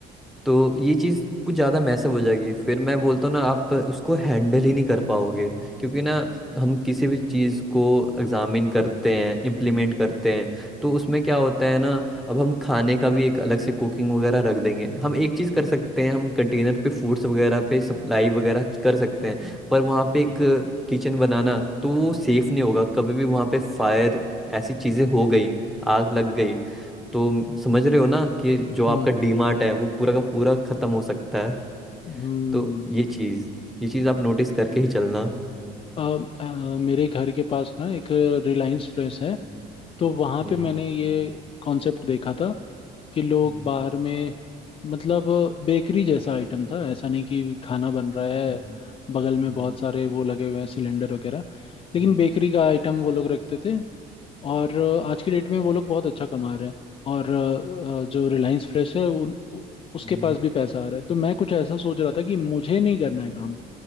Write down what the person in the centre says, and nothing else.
तो ये चीज़ कुछ ज़्यादा मैसअप हो जाएगी फिर मैं बोलता हूँ ना आप उसको हैंडल ही नहीं कर पाओगे क्योंकि ना हम किसी भी चीज़ को एग्जामिन करते हैं इम्प्लीमेंट करते हैं तो उसमें क्या होता है ना अब हम खाने का भी एक अलग से कुकिंग वगैरह रख देंगे हम एक चीज़ कर सकते हैं हम कंटेनर पे फूड्स वगैरह पे सप्लाई वगैरह कर सकते हैं पर वहाँ पे एक किचन बनाना तो वो सेफ नहीं होगा कभी भी वहाँ पे फायर ऐसी चीज़ें हो गई आग लग गई तो म- समझ रहे हो ना कि जो आपका
डीमार्ट है वो पूरा का पूरा खत्म हो सकता है
तो ये चीज ये चीज आप नोटिस करके ही चलना
हम्म
हम्म
हम्म,
हम्म,
हम्म,
हम्म,
हम्म,